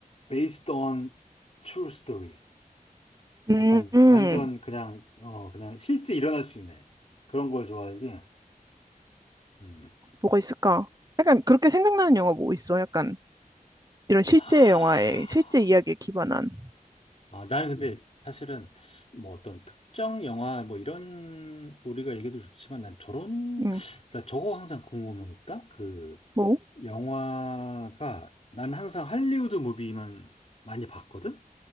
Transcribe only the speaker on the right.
음,
음.
뭐가 있을까? 약간 그렇게 생각나는 영화 뭐 있어? 약간 이런 실제
영화에, 실제 이야기에 기반한.
음,
뭐?